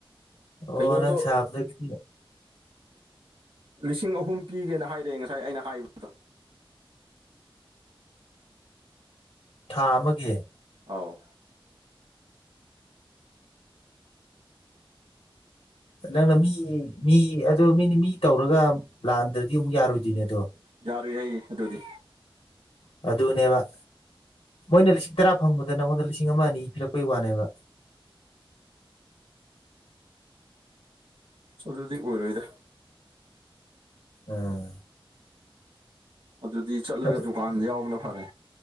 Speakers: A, on the left; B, on the right.
A: ꯑꯣ
B: ꯀꯩꯅꯣꯗꯣ
A: ꯅꯪ ꯁꯥꯕꯗꯒꯤꯗꯤ
B: ꯂꯤꯁꯤꯡ ꯑꯍꯨꯝ ꯄꯤꯒꯦꯅ ꯍꯥꯏꯔꯛꯑꯦ ꯉꯁꯥꯏ ꯑꯩꯅ ꯍꯥꯏꯕꯗꯣ
A: ꯊꯥ ꯑꯃꯒꯤ
B: ꯑꯧ
A: ꯅꯪꯅ ꯃꯤ ꯃꯤ ꯑꯗꯨ ꯃꯤꯅꯤ ꯃꯤ ꯇꯧꯔꯒ ꯂꯥꯟꯗ꯭ꯔꯗꯤ ꯑꯃꯨꯛ ꯌꯥꯔꯣꯏꯗꯨꯏꯅꯦ ꯗꯣ
B: ꯌꯥꯔꯣꯢꯍꯩ ꯑꯗꯨꯗꯤ
A: ꯑꯗꯨꯅꯦꯕ ꯃꯤꯅ ꯂꯤꯁꯤꯡ ꯇꯔꯥ ꯐꯪꯕꯗ ꯅꯪꯉꯣꯟꯗ ꯂꯤꯁꯤꯡ ꯑꯃ ꯑꯅꯤ ꯄꯤꯔꯛꯄꯩ ꯋꯥꯅꯦꯕ
B: ꯑꯗꯨꯗꯤ ꯑꯣꯏꯔꯣꯏꯗ
A: ꯑꯥ
B: ꯑꯗꯨꯗꯤ ꯆꯠꯂꯒ
A: ꯑꯗꯨ
B: ꯗꯨꯀꯥꯟꯗ ꯌꯥꯎꯕꯅ ꯐꯔꯦ